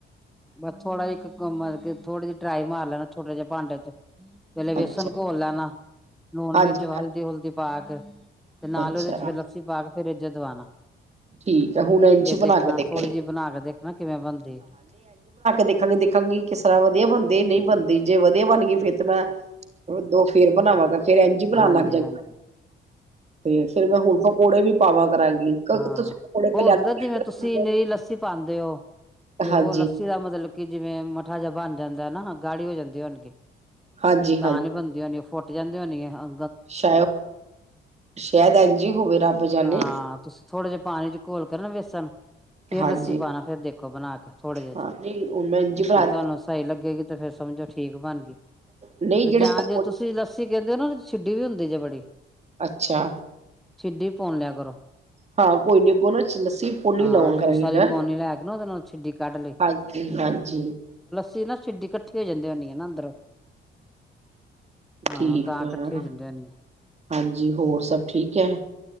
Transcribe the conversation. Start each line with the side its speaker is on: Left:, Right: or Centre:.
Centre: ਬਸ ਥੋੜਾ ਜਿਹਾ ਇੱਕ ਕੰਮ ਕਰ, ਥੋੜ੍ਹਾ ਜੀ ਡਰਾਈ ਮਾਰ ਲੈਣਾ ਥੋੜੇ ਜਿਹੇ ਭਾਂਡੇ ਧੋ ਪਹਿਲੇ ਵੇਸਣ
Right: ਅੱਛਾ
Centre: ਘੋਲ ਲੈਣਾ, ਲੂਣ-ਮਿਰਚ
Right: ਹਾਂਜੀ
Centre: ਹਲਦੀ-ਹੁਲਦੀ ਪਾ ਕੇ ਤੇ, ਨਾਲ
Right: ਅੱਛਾ
Centre: ਉਹਦੇ'ਚ ਫੇਰ ਲੱਸੀ ਪਾ ਕੇ ਫਿਰ ਜ ਦਵਾਣਾ
Right: ਠੀਕ ਹੈ ਹੁਣ ਇੰਝ
Centre: ਫਿਰ ਦੇਖਣਾ,
Right: ਬਣਾ ਕੇ ਦੇਖਾਂਗੇ
Centre: ਥੋੜ੍ਹੀ ਜਿਹੀ ਬਣਾਕੇ ਦੇਖਣਾ ਕਿਵੇਂ ਬਣਦੀ।
Right: ਦੇਖਾਂਗੀ-ਦੇਖਾਂਗੀ ਕਿਸ ਤਰ੍ਹਾਂ ਵਧੀਆ ਬਣਦੀ, ਨਹੀਂ ਬਣਦੀ। ਜੇ ਵਧੀਆ ਬਣ ਗੲਈ ਫੇਰ ਤਾਂ, ਮੈਂ ਦੋ ਫੇਰ ਬਣਾਵਾਂਗੀ। ਫੇਰ ਇੰਝ ਈ ਬਣਾਨ
Centre: ਹਾਂਜੀ
Right: ਲੱਗ ਜਾ
Centre: ਹਾਂਜੀ
Right: ਤੇ, ਫੇਰ ਮੈਂ ਹੁਣ ਪਕੌੜੇ ਵੀ ਪਾਵਾਂ ਕਰਾਂਗੀ।
Centre: ਹਾਂ,
Right: ਤੁਸੀਂ ਪਕੌੜੇ
Centre: ਹੋਰ
Right: ਕਲਿਆਣੇ
Centre: ਜਿਵੇਂ ਤੁਸੀਂ ਨਹੀ ਲੱਸੀ ਪਾਉਂਦੇ ਹੋ ਤੇ,
Right: ਹਾਂਜੀ
Centre: ਉਹ ਲੱਸੀ ਦਾ ਮਤਲਬ। ਕਿ, ਜਿਵੇਂ ਮੱਠਾ ਜਬ ਬਣ ਜਾਂਦੈ ਨਾ ਗਾੜੀ ਹੋ ਜਾਂਦੀ ਹੋਣਗੀ
Right: ਹਾਂਜੀ
Centre: ਤਾਂ, ਨਹੀ ਬਣਦੀ ਹੋਨੀ ਫੋਟ ਲਯਾਂਦੇ ਹੁੰਦੀ ਹ ਹਾਂ।
Right: ਸ਼ਾ, <unintelligible> ਸ਼ਾਇਦ ਐੰਜੀ ਹੋਵੇ ਰੱਬ ਜਾਨੇ।
Centre: ਹਾਂ ਥੋੜੇ ਜਿਹੇ ਪਾਣੀ ਚ ਘੋਲ ਕੇ ਨਾ ਵੇਸਣ, ਫੇਰ
Right: ਹਾਂਜੀ
Centre: ਲੱਸੀ ਪਾਉਣਾ। ਫੇਿਰ ਦੇਖੋ ਬਣਾ ਕੇ ਥੋੜੇ ਜਿਹੇ
Right: ਹਾਂ
Centre: ਚ।
Right: ਨਹੀਂ ਹੁਣ ਮੈਂ ਇੰਝ ਬਣਾ
Centre: ਜੇ ਤੁਹਾਨੂੰ ਸਹੀ ਲੱਗੇਗੀ ਤੇ ਫੇਿਰ ਸਮਝੋ ਠੀਕ ਬਣ ਗੀ।
Right: ਨਹੀਂ
Centre: ਤੇ
Right: ਜਿਹੜੇ
Centre: ਜਾਂ
Right: ਪਕੌੜੇ
Centre: ਜੇ ਤੁਸੀਂ ਲੱਸੀ ਕਹਿੰਦੇ ਹੋ ਨਾ ਛਿੱਡੀ ਹੁੰਦੀ ਜੇ ਬੜੀ
Right: ਅੱਛਾ।
Centre: ਛਿਡੀ ਪੁਨ ਲਿਆ ਕਰੋ।
Right: ਹਾਂ, ਕੋਈ ਨੀ ਅੱਗੋਂ ਨਾ ਚ ਲੱਸੀ ਪੋਣੀ
Centre: ਹਾਂ
Right: ਲਉਂ ਕਰਾਂਗੀ
Centre: ਜੂਸ ਵਾਲੀ
Right: ਮੈਂ।
Centre: ਪੋਨੀ ਲੈ ਕੇ ਨਾ ਉਹਦੇ ਨਾਲ ਛਿੱਡੀ ਕੱਢ
Right: ਹਾਂਜੀ-ਹਾਂਜੀ।
Centre: ਤੋ ਨਾ ਛਿਡੀ ਇਕੱਠੀ ਹੋ ਜਾਂਦੀ ਹੁੰਨੀ ਹੈ ਨਾ ਅੰਦਰੋਂ। ਹਾਂ
Right: ਠੀਕ
Centre: ਤਾਂ
Right: ਹੈ।
Centre: ਇਕੱਠੀ ਹੋ ਜਾਂਦੀ ਹੋਣੀ ਹੈ।
Right: ਹਾਂਜੀ, ਹੋਰ ਸਭ ਠੀਕ ਹੈ?